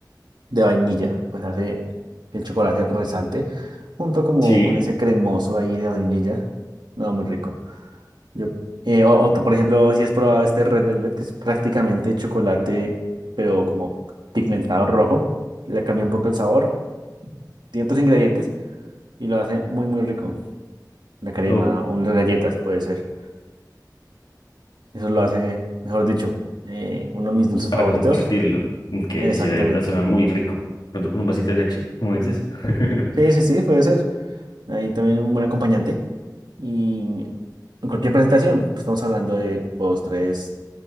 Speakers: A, on the right; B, on the left.
A: de vainilla, pues hace que el chocolate resalte, junto como
B: Sí,
A: con ese cremoso ahí de vainilla. No, muy rico. Yo, eh, o- otro, por ejemplo, si has probado este Red Velvet, que es prácticamente chocolate, pero como pigmentado rojo, le cambia un poco el sabor, tiene otros ingredientes y lo hace muy, muy rico. la crema
B: ok.
A: o unas galletas, puede ser. Eso lo hace, mejor dicho, eh, uno de mis dulces
B: Para
A: favoritos.
B: compartirlo. Que
A: Exactamente.
B: dice, de verdad suena muy rico. Pronto con un vasito de leche, como dices. <laughs>
A: Sí, sí, sí, puede ser. Ahí también un buen acompañante. Y en cualquier presentación, pues, estamos hablando de postres